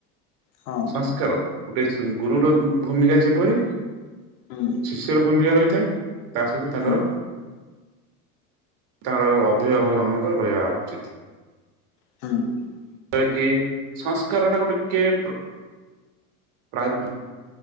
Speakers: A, on the left; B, on the right.
A: ହଁ
B: ସଂସ୍କାର ଗୋଟେ ଗୁରୁର ଭୂମିକା ଯେପରି
A: ହୁଁ
B: ଶିଷ୍ୟର ଭୂମିକା ରହିଥାଏ ତା ସହିତ
A: ହୁଁ
B: ତାଙ୍କର ତାଙ୍କର ଅଭିଭାବକର ମଧ୍ୟ ରହିବା ଉଚିତ୍।
A: <unintelligible>
B: କି ସଂସ୍କାରଟାକୁ ଟିକେ ପ୍ରାୟରିଟି